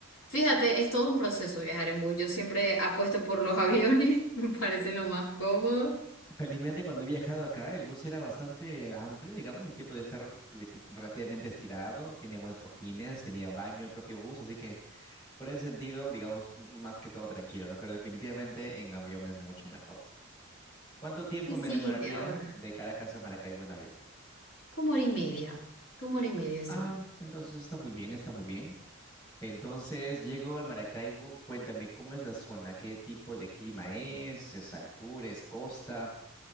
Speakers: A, on the left; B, on the left.
A: fíjate, es todo un proceso viajar en bus. Yo siempre apuesto por los aviones, <laughs> me parece lo más cómodo.
B: Felizmente cuando he viajado acá, el bus era bastante amplio, digamos, mi pie podía estar legi- relativamente estirado, tenía buenos cojines, tenía baño el propio bus, así que por ese sentido, digamos, más que todo tranquilo, ¿no? Pero definitivamente en avión es mucho mejor. ¿Cuánto tiempo
A: Sí, sí,
B: me demoraría
A: te ahorra.
B: de Caracas a Maracaibo en avión?
A: Como hora y media, como hora y media,
B: Ah,
A: sí.
B: entonces está muy bien, está muy bien. Entonces llego al Maracaibo, cuéntame cómo es la zona, qué tipo de clima es, es altura, es costa.